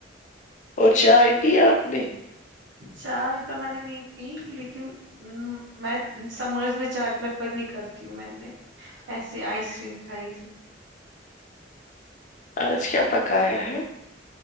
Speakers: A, on the left; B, on the right.
A: اور چائے پیا آپ نے
B: چائے تو میں نے نہیں پی لیکن میں سمرز میں چائے پریفر نہیں کرتی ہوں میں نے ایسیے آئس کریم کھائی تھی
A: آج کیا پکا آیا ہے